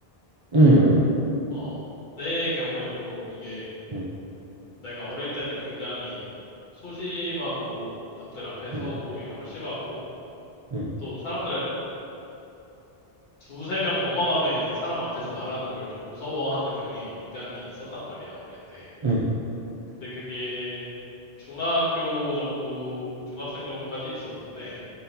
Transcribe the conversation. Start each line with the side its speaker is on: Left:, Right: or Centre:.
Right: 응,
Left: 어, 내 경우에도 이게
Right: 응,
Left: 내가 어릴 때는 굉장히 소심하고 남들 앞에 서고
Right: 응,
Left: 이런 걸 싫어하고
Right: 응,
Left: 또 사람들 두세 명 넘어가면 이제 사람 앞에서 말하는 걸 좀 무서워하는 경향이 굉장히 있었단 말이야, 어릴 때.
Right: 응,
Left: 근데 그게 중학교 정도, 중학생 정도까지 있었는데